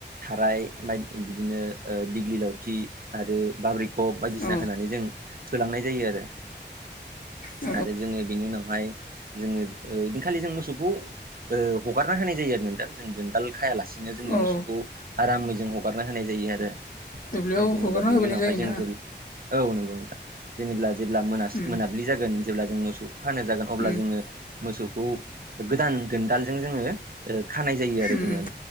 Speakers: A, on the right; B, on the left.
A: थाराय बायद बिदिनो ओ डिग्रि लावथि आरो बाब्रिखब बायदिसिना
B: औ
A: होनानै जों होलांनाय जायो आरो।
B: औ
A: आरो जोङो बेनि उनावहाय जोङो ओ इदिनोखालि जों मोसौ खौ ओ हगारना होनाय जायो आरो नोंथां जों दोनदाल खायालासिनो जोङो
B: औ
A: मोसौखौ। आरामै जों हगारना होनाय जायो आरो
B: दुब्लियाव
A: जेनेबा
B: हगारना
A: बिनि
B: होबोनाय
A: उनावहाय
B: जायोना
A: जों जे औ नंगौ नोंथां जेनेब्ला जेब्ला मोन
B: उम
A: मोनाब्लि जागोन जेब्ला जों मोसौ खानो जागोन अब्ला
B: उम
A: जोङो मोसौखौ गोदान दोनदालजों जोङो ओ खानाय जायो आरो
B: उम
A: जोङो